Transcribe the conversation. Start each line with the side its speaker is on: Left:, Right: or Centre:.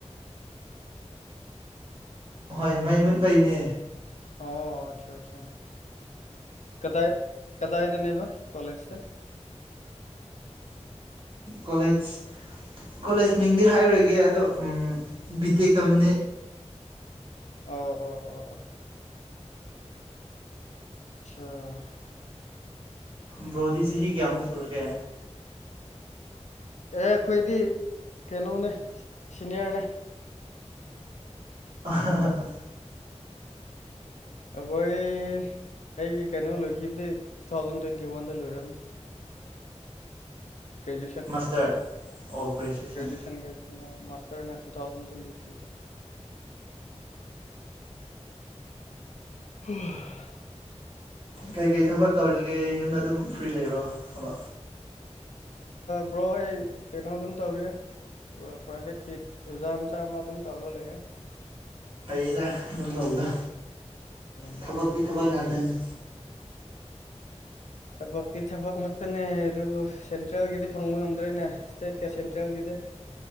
Right: ꯍꯣꯏ ꯃꯩ ꯃꯨꯠꯄꯩꯅꯦ
Left: ꯑꯣ ꯑꯆꯥ ꯑꯆꯥ ꯀꯗꯥ ꯀꯗꯥꯏꯗꯅꯦꯕ ꯀꯣꯂꯦꯖꯁ
Right: ꯀꯣꯂꯦꯖ ꯀꯣꯂꯦꯖ ꯃꯤꯡꯗꯤ ꯍꯥꯏꯔꯣꯏꯒꯦ ꯑꯗꯣ ꯕꯤ ꯇꯦꯛ ꯇꯝꯕꯅꯦ
Left: ꯑꯣ ꯑꯣ ꯑꯣ ꯑꯣ ꯑꯣ ꯑ
Right: ꯕ꯭ꯔꯣꯗꯤ ꯆꯍꯤ ꯀꯌꯥꯃꯨꯛ ꯁꯨꯔꯒꯦ
Left: ꯑꯦ ꯑꯩꯈꯣꯏꯗꯤ ꯀꯩꯅꯣꯅꯦ ꯁꯤꯅꯤꯌꯔꯅꯦ
Right: ꯑ ꯍ
Left: ꯑꯩꯈꯣꯏ ꯑꯩꯒꯤ ꯀꯩꯅꯣ ꯂꯣꯏꯈꯤꯕꯗꯤ ꯇꯨ ꯊꯥꯎꯖꯟ ꯇ꯭ꯋꯦꯟꯇꯤ ꯋꯥꯟꯗ ꯂꯣꯏꯔꯕꯅꯦ ꯒ꯭ꯔꯦꯖꯨꯌꯦꯁꯟ
Right: ꯃꯥꯁꯇꯔ ꯑꯣ ꯒ꯭ꯔꯦꯖꯨꯑꯦꯁꯟ
Left: ꯒ꯭ꯔꯦꯖꯨꯑꯌꯦꯁꯟ ꯒ꯭ꯔꯦꯖꯁꯟ ꯃꯥꯁꯇꯔꯅ ꯇꯨ ꯊꯥꯎꯖꯟ ꯇ꯭ꯋꯦꯟꯇꯤ ꯊ꯭ꯔꯤꯗ ꯍ
Right: ꯀꯩ ꯀꯩ ꯊꯕꯛ ꯇꯧꯔꯤꯒꯦ ꯌꯨꯝꯗ ꯑꯗꯨꯝ ꯐ꯭ꯔꯤ ꯂꯩꯔꯣ ꯊꯕ
Left: ꯕ꯭ꯔꯣ ꯑꯩ ꯀꯩꯅꯣ ꯑꯗꯨꯝ ꯇꯧꯔꯤ ꯄ꯭ꯔꯥꯏꯚꯦꯠꯀꯤ ꯑꯣꯖꯥ ꯃꯆꯥ ꯑꯃ ꯑꯗꯨꯝ ꯇꯧꯔ ꯂꯩꯔꯦ
Right: ꯐꯩꯗ ꯑꯗꯨꯝ ꯇꯧꯕꯗ
Left: ꯎꯝ
Right: ꯊꯕꯛꯇꯤ ꯊꯕꯛ ꯉꯥꯛꯇꯅꯤ
Left: ꯊꯕꯛꯇꯤ ꯊꯕꯛ ꯉꯥꯛꯛꯇꯅꯦ ꯑꯗꯨꯕꯨ ꯁꯦꯟꯇ꯭ꯔꯦꯜꯒꯤꯗꯤ ꯐꯪꯕ ꯉꯝꯗ꯭ꯔꯦꯅꯦ ꯏꯁ꯭ꯇꯦꯠꯀ ꯁꯦꯟꯇ꯭ꯔꯦꯜꯒꯤꯗꯤ